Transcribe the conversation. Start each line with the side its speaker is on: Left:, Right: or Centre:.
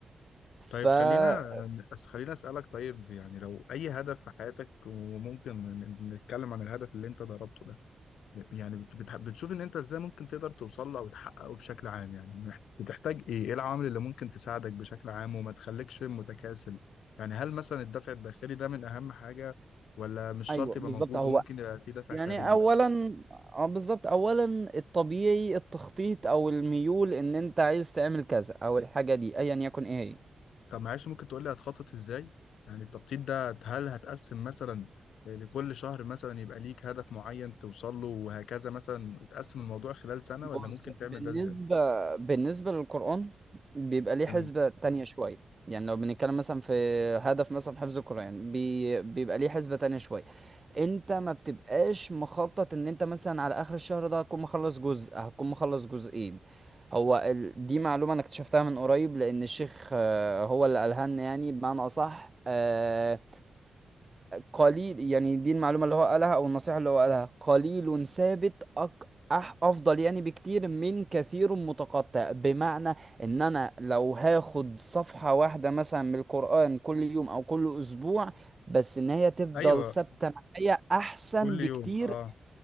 Left: طيب
Right: فاولا
Left: خلينا خلينا اسالك طيب يعني لو اي هدف في حياتك وممكن ن- نتكلم عن الهدف اللي انت ضربته ده يعني بت- بتح- بتشوف ان انت ازاي ممكن تقدر توصل له او تحققه بشكل عام يعني محت- بتحتاج ايه ايه العوامل اللي ممكن تساعدك بشكل عام وما تخليكش متكاسل يعني هل مثلا الدافع الداخلي ده من اهم حاجة ولا مش
Right: ايوه
Left: شرط يبقى
Right: بالظبط
Left: موجود
Right: هو
Left: وممكن يبقى في دافع
Right: يعني
Left: خارجي
Right: اولا اه بالظبط اولا الطبيعي التخطيط او الميول ان انت عايز تعمل كذا او الحاجه دي ايا يكن ايه هي
Left: طب معلش ممكن تقول لي هتخطط ازاي يعني التخطيط ده هل هتقسم مثلا لكل شهر مثلا يبقى ليك هدف معين توصل له وهكذا مثلا وتقسم الموضوع خلال سنة
Right: بص
Left: ولا ممكن تعمل
Right: بالنسبه
Left: ده ازاي
Right: بالنسبه للقران بيبقى ليه
Left: تمام
Right: حسبه تانية شويه يعني لو بنتكلم مثلا في هدف مثلا حفظ القران بي... بيبقى ليه حسبه تانية شويه انت ما بتبقاش مخطط ان انت مثلا على اخر الشهر ده هتكون مخلص جزء هتكون مخلص جزئين هو ال... دي معلومة انا اكتشفتها من قريب لان الشيخ آه، هو اللي قالها لنا يعني بمعنى اصح آه، قليل يعني دي المعلومة اللي هو قالها أو النصيحة اللي هو قالها قليل ثابت أك أح أفضل يعني بكتير من كثير متقطع بمعنى إن أنا لو هاخد صفحة واحدة مثلا من القرآن كل يوم أو كل أسبوع بس إن هي تفضل
Left: ايوه
Right: ثابتة معايا أحسن
Left: كل
Right: بكتير
Left: يوم اه